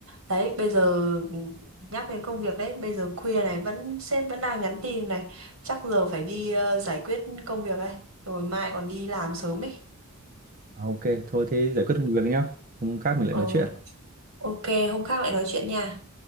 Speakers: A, on the right (about 80°); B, on the right (about 40°).
A: đấy bây giờ nhắc đến công việc đấy bây giờ khuya này vẫn sếp vẫn đang nhắn tin này chắc giờ phải đi ờ, giải quyết công việc đây rồi mai còn đi làm sớm ấy
B: À, ok thôi thế giải quyết công việc nhá hôm khác mình
A: ờ
B: lại nói chuyện
A: Ok, hôm khác lại nói chuyện nha.